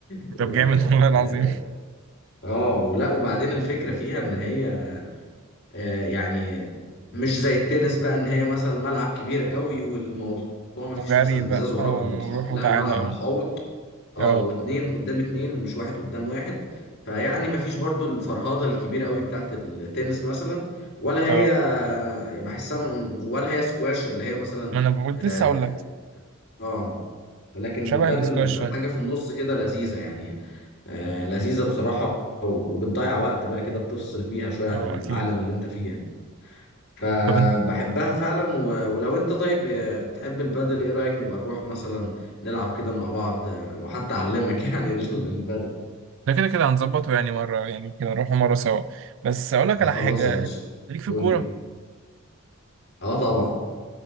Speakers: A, on the left (about 55°); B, on the right (about 60°).
A: و...
B: طب جامد <laughs> والله العظيم
A: اه آه، ولا وبعدين الفكره فيها ان هي آه، يعني مش زي التنس بقى ان هي مثلا ملعب كبير قوي والموضوع ما
B: وجري
A: فيش مثلا
B: بقى
A: ازاز وراك
B: آه،
A: متح...
B: وروح
A: لا
B: وتعالى
A: الملعب
B: اه
A: متحوط اه
B: اه
A: واتنين قدام اتنين مش واحد قدام واحد فيعني ما فيش برضو الفرهدة الكبيرة قوي بتاعت التنس مثلا ولا هي
B: اه
A: بحسها م- ولا هي سكواش اللي هي مثلا
B: ما أنا بقول
A: اه
B: لسه أقول لك
A: آه. لكن
B: شبه
A: البادل
B: الاسكواش
A: في
B: فعلا
A: حاجة في النص كده لذيذة يعني آه لذيذة بصراحة وبتضيع وقت بقى كده بتفصل فيها شوية عن
B: اه
A: العالم
B: أكيد
A: اللي انت فيه يعني فبحبها
B: طب انت
A: فعلا و- ولو انت طيب آه، بتحب البادل ايه رأيك نبقى نروح مثلا نلعب كده مع بعض آه، وحتى اعلمك <laughs> يعني ال- البادل
B: ده كده كده هنظبطه يعني مرة يعني كده نروحوا مرة سوا بس أقول لك
A: آه،
B: على
A: خلاص
B: حاجة
A: يا باشا
B: ليك في الكورة
A: قول لي اه طبعا